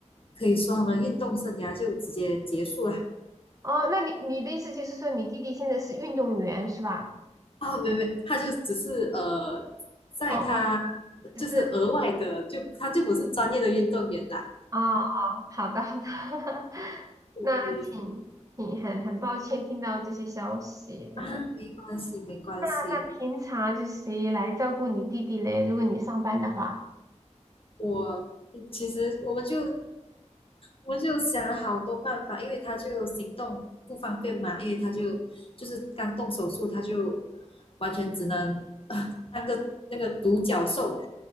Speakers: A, on the left; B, on the right.
A: 可以说他们运动生涯就直接结束了。
B: 哦，那你你的意思就是说你弟弟现在是运动员是吧？
A: 啊，没没，他就只是呃，在他
B: 哦，哦只是
A: 就是额外的，就他就不是专业的运动员啦。
B: 哦哦，好的好的，<laughs>
A: 对对？
B: 那挺挺很很抱歉听到这些消息，真的。
A: 啊，没关系，没关系。
B: 那那平常就是谁来照顾你弟弟嘞？如果你上班的话，
A: 我其实我们就我们就想了好多办法，因为他就行动不方便嘛，因为他就就是刚动手术，他就完全只能啊 <laughs> 当个那个独角兽，